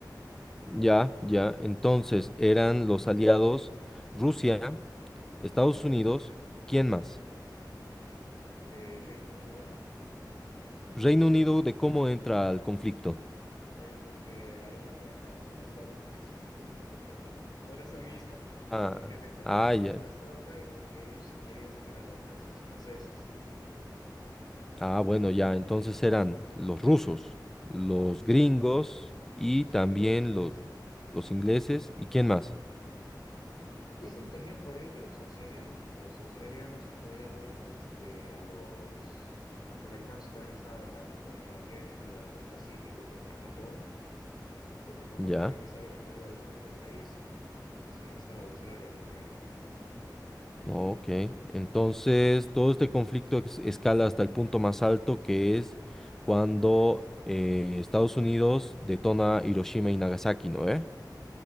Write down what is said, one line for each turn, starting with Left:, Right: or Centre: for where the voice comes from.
Centre: Ya, ya. Entonces, eran los aliados. Rusia Estados Unidos, ¿quién más?
Left: Eh, Reino Unido,
Centre: Reino Unido, ¿de cómo entra al conflicto?
Left: eh, porque Alemania se las toca. <laughs> Por eso mismo,
Centre: Ah,
Left: porque, Ale- porque
Centre: ah,
Left: Alemania
Centre: ya.
Left: se las toca y porque ellos este, querían salir a la defensa los franceses,
Centre: Ah, bueno, ya, entonces eran los rusos, los gringos y
Left: los
Centre: también
Left: ingleses.
Centre: los, los ingleses, ¿y quién más?
Left: Dicen también por ahí que los australianos, porque los australianos apoyaban este, a los norteamericanos que también estaban en la, en la guerra del Pacífico contra Japón, porque Japón
Centre: Ya,
Left: también les habían invadido alguna que otra isla. Entonces también estaba Australia por medio.
Centre: ok. Entonces, todo este conflicto es- escala hasta el punto más alto que es cuando eh, Estados Unidos detona Hiroshima y Nagasaki, ¿no? ¿Eh?